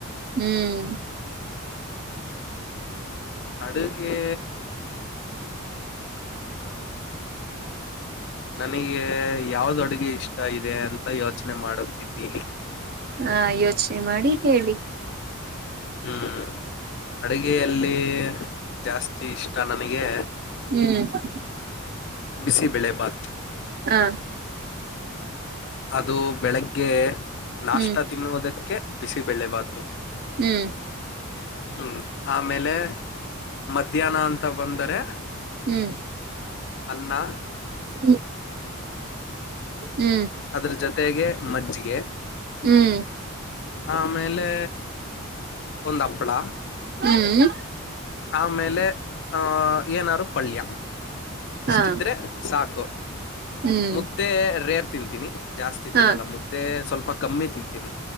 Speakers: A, on the right (about 45°); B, on the left (about 55°).
A: ಹ್ಮ್
B: ಅಡುಗೆ ನನಗೆ ಯಾವ್ದ್ ಅಡುಗೆ ಇಷ್ಟ ಇದೆ ಅಂತ ಯೋಚನೆ ಮಾಡುತ್ತಿದ್ದೀನಿ.
A: ಹಾ ಯೋಚನೆ ಮಾಡಿ ಹೇಳಿ.
B: ಹ್ಮ ಅಡುಗೆಯಲ್ಲಿ ಜಾಸ್ತಿ ಇಷ್ಟ ನನಗೆ
A: ಹ್ಮ್
B: ಬಿಸಿ ಬೆಳೆ ಬಾತ್
A: ಹಾ
B: ಅದು ಬೆಳಗ್ಗೆ ನಾಷ್ಟ
A: ಹ್ಮ್
B: ತಿನ್ನುವುದಕ್ಕೆ ಬಿಸಿಬೆಳೆಭಾತು
A: ಹ್ಮ್
B: ಹ್ಮ್ ಆಮೇಲೆ ಮಧ್ಯಾಹ್ನ ಅಂತ ಬಂದರೆ
A: ಹ್ಮ್
B: ಅನ್ನ
A: ಹ್ಮ್ ಹ್ಮ್
B: ಅದರ ಜೊತೆಗೆ ಮಜ್ಜಿಗೆ.
A: ಹ್ಮ್...
B: ಆಮೇಲೆ ಒಂದ ಹಪ್ಳ.
A: ಹ್ಮ್...
B: ಆಮೇಲೆ ಅಹ ಏನಾರು ಪಲ್ಯ
A: ಹಾ
B: ಇಷ್ಟಿದ್ರೆ ಸಾಕು ಮು...
A: ಹ್ಮ್
B: ಮುದ್ದೆ ರೇರ್ ತಿಂತೀನಿ ಜಾಸ್ತಿ
A: ಹಾ
B: ತಿನ್ನಲ್ಲ ಮುದ್ದೆ ಸ್ವಲ್ಪ ಕಮ್ಮಿ ತಿಂತೀನಿ.